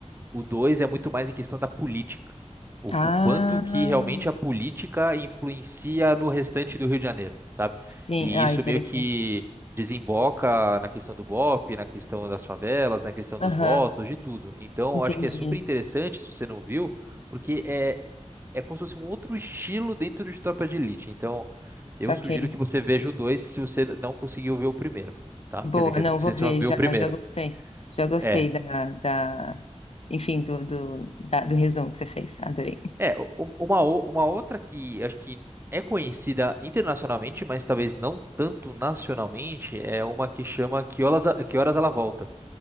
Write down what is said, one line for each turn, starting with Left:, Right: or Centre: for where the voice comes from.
Right: O dois é muito mais em questão da política. O,
Left: Ah,
Right: o quanto que realmente a política influencia no restante do Rio de Janeiro, sabe?
Left: sim.
Right: E
Left: Ah,
Right: isso
Left: interessante.
Right: meio que desemboca na questão do BOP, na questão das favelas, na questão
Left: Aham,
Right: dos votos, de tudo. Então,
Left: entendi.
Right: eu acho que é super interessante, se você não viu, porque é, é como se fosse um outro estilo dentro de Tropa de Elite. Então,
Left: Saquei.
Right: eu sugiro que você veja o dois se você não conseguiu ver o primeiro, tá?
Left: Boa,
Right: Quer dizer, quer
Left: não,
Right: dizer, se
Left: vou ver,
Right: você só viu
Left: já,
Right: o primeiro.
Left: já gostei. Já gostei
Right: É.
Left: da, da, enfim, do, do, da- do resumo que você fez. Adorei.
Right: É, u- u- uma, o- uma outra que acho que é conhecida internacionalmente, mas talvez não tanto nacionalmente, é uma que chama Que Horas, A- que Horas Ela Volta,